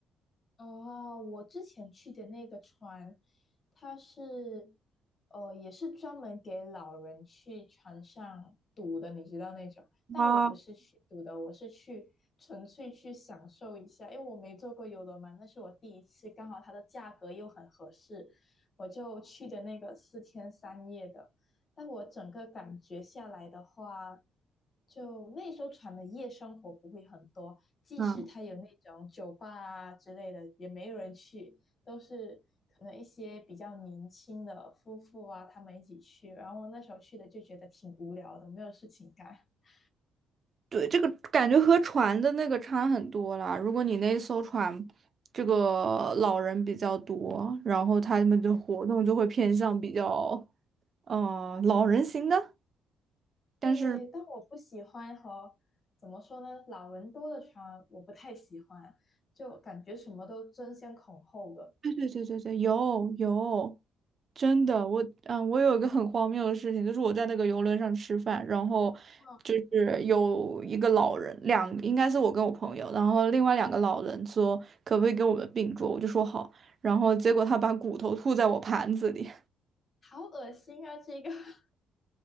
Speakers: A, on the left; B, on the right.
A: 哦，我之前去的那个船，它是，呃，也是专门给老人去船上赌的，你知道那种。但我不是去赌的，
B: 啊。
A: 我是去纯粹去享受一下，因为我没坐过游轮嘛，那是我第一次，刚好它的价格又很合适，我就去的那个四天三夜的。但我整个感觉下来的话，就那艘船的夜生活不会很多，即使它有那种酒吧啊之类的，
B: 啊
A: 也没有人去，都是可能一些比较年轻的夫妇啊，他们一起去。然后我那时候去的就觉得挺无聊的，没有事情干。<laughs>
B: 对，这个感觉和船的那个差很多啦。如果你那艘船，这个老人比较多，然后他们的活动就会偏向比较，呃，老人型的。
A: 对，
B: 但是，
A: 但我不喜欢和怎么说呢，老人多的船我不太喜欢，就感觉什么都争先恐后的，
B: 对对对对对，有有，真的，我嗯，我有一个很荒谬的事情，就是我在那个游轮上吃饭，然后就是有一个老人，
A: 嗯，
B: 两应该是我跟我朋友，然后另外两个老人说可不可以给我们并桌，我就说好，然后结果他把骨头吐在我盘子里。
A: 好恶心啊，这个。<laughs>